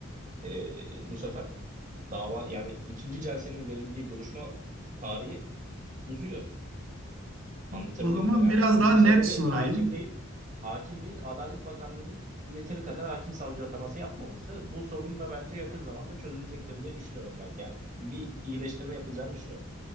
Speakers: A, on the right; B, on the right.
A: E, bu sefer dava yani ikinci celsenin verildiği duruşma tarihi uzuyor. Anlatabildim
B: O o zaman
A: mi? Yani
B: biraz
A: bunun
B: daha
A: sebebi
B: net sorayım.
A: hakim değil. Hakim değil, Adalet Bakanlığı'nın yeteri kadar hakim savcı ataması yapmaması. Bu sorun da bence yakın zamanda çözülecektir diye düşünüyorum ben. Yani bir iyileştirme yapılacağını düşünüyorum.